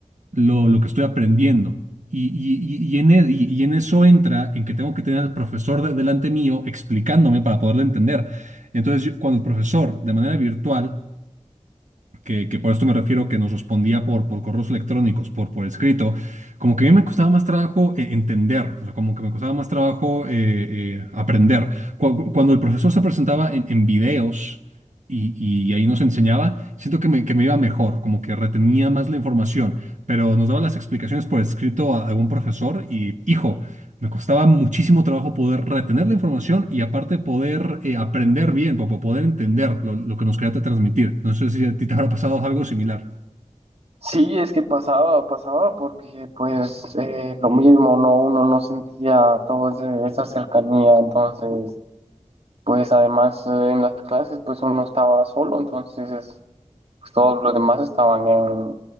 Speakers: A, on the right (about 80°); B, on the right (about 55°).
A: lo, lo que estoy aprendiendo. Y, y- y- y en, e- y- y en eso entra en que tengo que tener al profesor de- delante mío explicándome para poderlo entender. Entonces, yo- cuando el profesor, de manera virtual, que, que por esto me refiero que nos respondía por, por correos electrónicos, por, por escrito, como que a mí me costaba más trabajo eh, entender, o sea, como que me costaba más trabajo eh, eh, aprender. Cu- Cuando el profesor se presentaba en, en videos, y, y ahí nos enseñaba, siento que me, que me iba mejor, como que retenía más la información, pero nos daba las explicaciones por escrito a algún profesor y, hijo, me costaba muchísimo trabajo poder retener la información y aparte poder eh, aprender bien, para poder entender lo, lo que nos quería transmitir. No sé si a ti te habrá pasado algo similar.
B: Sí, es que pasaba, pasaba porque pues eh, lo mismo, ¿no? Uno no sentía toda esa cercanía, entonces pues además eh, en las clases pues uno estaba solo, entonces es- pues, todos los demás estaban en,